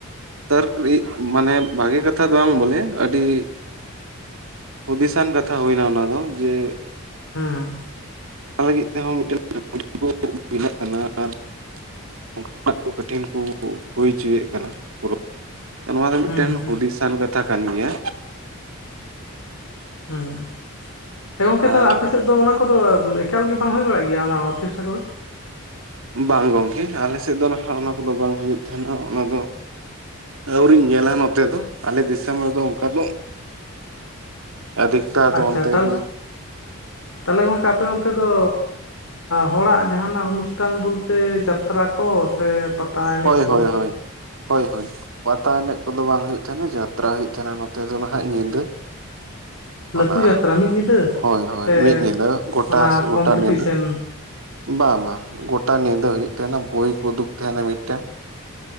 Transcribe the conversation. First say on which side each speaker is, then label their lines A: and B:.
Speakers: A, on the right; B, on the left.
A: ᱛᱟᱨ <unintelligible> ᱢᱟᱱᱮ ᱵᱷᱟᱜᱮ ᱠᱟᱛᱷᱟ ᱫᱚ ᱵᱟᱝ ᱵᱚᱞᱮ ᱟᱹᱰᱤ ᱦᱩᱫᱤᱥᱟᱱ ᱠᱟᱛᱷᱟ ᱦᱩᱭᱱᱟ ᱚᱱᱟ ᱫᱚ ᱡᱮ
B: ᱦᱩᱸ
A: ᱚᱱᱟ ᱞᱟᱹᱜᱤᱫ ᱛᱮᱦᱚᱸ ᱢᱤᱫᱴᱮᱱ <unintelligible> ᱠᱮᱱᱟᱜ ᱟᱨ <unintelligible> ᱠᱚ <unintelligible> ᱦᱩᱭ ᱦᱚᱪᱚᱭᱮᱫ ᱠᱟᱱᱟ ᱯᱚᱨᱚᱵ ᱱᱚᱣᱟ ᱫᱚ ᱢᱮᱫᱴᱮᱱ
B: ᱦᱩᱸ ᱦᱩᱸ
A: ᱦᱩᱫᱤᱥᱟᱱ ᱠᱟᱛᱷᱟ ᱠᱟᱱ ᱜᱮᱭᱟ
B: ᱦᱩᱸ ᱮ ᱜᱚᱝᱠᱮ
A: ᱟᱨ
B: ᱛᱟᱦᱞᱮ ᱟᱯᱮ ᱥᱮᱫ ᱫᱚ ᱚᱱᱟ ᱠᱚᱫᱚ ᱮᱠᱟᱞ ᱜᱮ ᱵᱟᱝ ᱦᱳᱭ ᱵᱟᱲᱟᱜ ᱜᱮᱭᱟ ᱜᱮᱭᱟ ᱚᱱᱟ ᱚᱨᱠᱮᱥᱴᱟᱨ ᱠᱚᱫᱚ
A: ᱵᱟᱝ ᱜᱚᱝᱠᱮ ᱟᱞᱮ ᱥᱮᱫ ᱫᱚ ᱱᱟᱦᱟᱜ ᱚᱱᱟ ᱠᱚᱫᱚ ᱵᱟᱝ ᱦᱩᱭᱩᱜ ᱛᱟᱦᱮᱱᱟ ᱚᱱᱟ ᱫᱚ ᱟᱹᱣᱨᱤᱧ ᱧᱮᱞᱟ ᱱᱚᱛᱮ ᱫᱚ ᱟᱞᱮ ᱫᱤᱥᱚᱢ ᱨᱮᱫᱚ ᱚᱱᱠᱟ ᱫᱚ
B: <inaudible>
A: ᱟᱫᱷᱤᱠᱛᱟ ᱫᱚ
B: ᱟᱪᱪᱷᱟ
A: ᱚᱱᱛᱮ
B: ᱛᱟᱦᱚᱞᱮ
A: ᱜᱮ
B: ᱛᱟᱦᱚᱞᱮ ᱜᱚᱝᱠᱮ ᱟᱯᱮ ᱚᱱᱛᱮ ᱫᱚ ᱦᱚᱲᱟᱜ ᱡᱟᱦᱟᱱᱟᱜ ᱚᱱᱩᱥᱴᱷᱟᱱ ᱵᱚᱞᱛᱮ ᱡᱟᱛᱨᱟ ᱠᱚ ᱥᱮ ᱯᱟᱛᱟ ᱮᱱᱮᱡ
A: ᱦᱳᱭ
B: ᱠᱚ
A: ᱦᱳᱭ ᱦᱳᱭ ᱦᱳᱭ ᱦᱳᱭ ᱯᱟᱛᱟ ᱮᱱᱮᱡ ᱠᱚᱫᱚ ᱵᱟᱝ ᱦᱩᱭᱩᱜ ᱛᱟᱦᱮᱱᱟ ᱡᱟᱛᱨᱟ ᱦᱩᱭᱩᱜ ᱛᱟᱦᱮᱱᱟ ᱱᱚᱛᱮ ᱫᱚ ᱱᱟᱦᱟᱜ ᱧᱤᱫᱟᱹ
B: <inaudible> ᱞᱟᱹᱴᱷᱩ
A: ᱚᱱᱟ
B: ᱡᱟᱛᱨᱟ ᱢᱤᱫ ᱧᱤᱫᱟᱹ
A: ᱦᱳᱭ ᱦᱳᱭ
B: ᱥᱮ
A: ᱢᱤᱫ ᱧᱤᱫᱟᱹ ᱜᱚᱴᱟ
B: ᱚᱱᱟ
A: ᱜᱚᱴᱟ
B: ᱠᱚᱢᱯᱤᱴᱤᱥᱮᱱ
A: ᱧᱤᱫᱟᱹ ᱵᱟᱝ ᱵᱟᱝ ᱜᱚᱴᱟ ᱧᱤᱫᱟᱹ ᱦᱩᱭᱩᱜ ᱛᱟᱦᱮᱱᱟ ᱵᱚᱭ ᱠᱚ ᱩᱫᱩᱜ ᱛᱟᱦᱮᱱᱟ ᱢᱤᱫᱴᱮᱱ